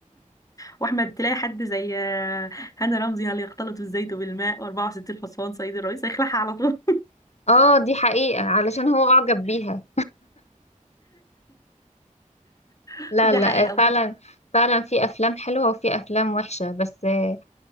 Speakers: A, on the left (about 25°); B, on the left (about 55°).
A: واحمد تلاقي حد زي آه، هاني رمزي هل يختلط الزيت بالماء و64 حصان سيد الرئيس هيخلعها على طول
B: اه دي حقيقة علشان هو أعجب بيها
A: <laughs>
B: لا
A: دي
B: لا
A: حقيقه
B: آه، فعلا فعلا في افلام حلوه وفي افلام وحشه بس آه،